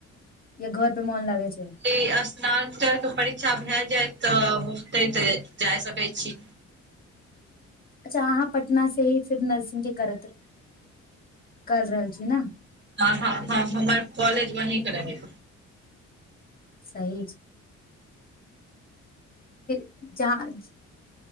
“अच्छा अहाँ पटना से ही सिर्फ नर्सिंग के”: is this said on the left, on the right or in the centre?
Left